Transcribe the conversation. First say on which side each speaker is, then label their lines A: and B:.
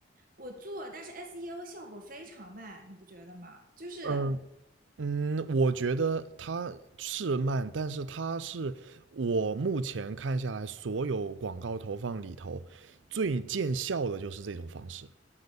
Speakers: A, on the right; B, on the right.
A: 我做，但是 SEO 效果非常慢，你不觉得吗？就是
B: 嗯嗯，我觉得它是慢，但是它是我目前看下来所有广告投放里头最见效的就是这种方式。